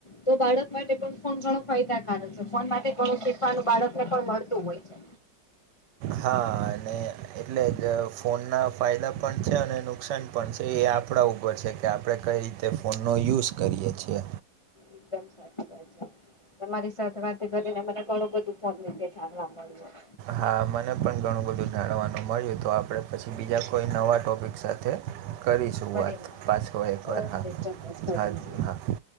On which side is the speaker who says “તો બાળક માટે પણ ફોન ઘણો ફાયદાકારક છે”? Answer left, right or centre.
Left